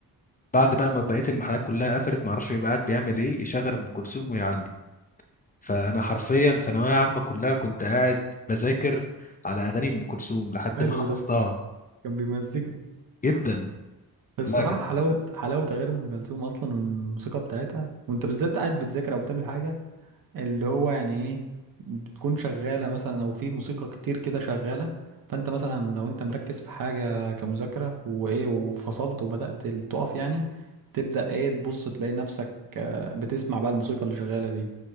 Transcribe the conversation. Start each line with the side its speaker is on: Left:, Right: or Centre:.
Left: بعد بقى ما بقيه المحلات كلها قفلت ما اعرفش بيبقى قاعد بيعمل ايه يشغل ام كلثوم ويعلم فانا حرفيا ثانويه عامه كلها كنت قاعد بذاكر على اغاني ام كلثوم لحد
Right: حلو
Left: ما حفظتها
Right: ده كان بيمزجك
Left: جدا
Right: بس
Left: لا
Right: الصراحه
Left: كان
Right: حلاوه حلاوه اغاني ام كلثوم اصلا والموسيقى بتاعتها وانت بالذات قاعد بتذاكر او بتعمل حاجه اللي هو يعني ايه بتكون شغالة مثلا او في موسيقى كتير كده شغالة فانت مثلا لو انت مركز في حاجة كمذاكرة وايه وفصلت وبدأت ال- تقف يعني تبدأ ايه تبص تلاقي نفسك بتسمع بقى الموسيقى اللي شغالة دي